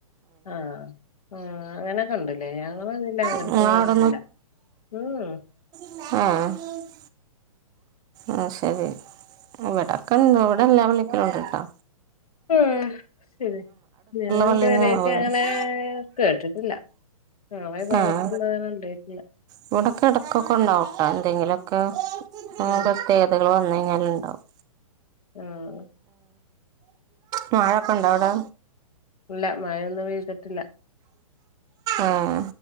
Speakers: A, on the left; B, on the right.
A: ആഹ് ആഹ് അങ്ങനെക്കെ ണ്ട്ലെ ഞങ്ങളെതീല് അങ്ങൻത്തെ
B: നിങ്ങൾ
A: തോന്നും
B: അവിടെ
A: ഇല്ല ഉം ഉം
B: ആഹ് ആഹ് ശെരി ഇവിടക്കെ ഇങ്ങളോടെ എല്ലാ പള്ളിക്കലും ഇണ്ട്ട്ടൊ
A: ആഹ് ശെരി ഞാന് ഇത്
B: പള്ളിയിൽ
A: വരായിട്ട്
B: നിന്ന് നമ്മൾ മേടിച്ചു
A: അങ്ങനെ കേട്ടിട്ടില്ല ഞങ്ങളെ ഈ ഭാഗത്തൊന്നും
B: ആഹ്
A: അങ്ങനെ ഉണ്ടായിട്ടില്ല
B: ഇവിടെക്കെ എടക്കൊക്കെ ഇണ്ടാവുട്ടോ എന്തെങ്കിലുക്കെ
A: ആ
B: പ്രത്യേകതകൾ വന്ന് ക എല്ലണ്ടാവും
A: ഉം
B: മഴക്കെ ഇണ്ടോ അവിടെ
A: ഇല്ല മഴ ഇന്ന് പെയ്തിട്ടില്ല
B: ആഹ്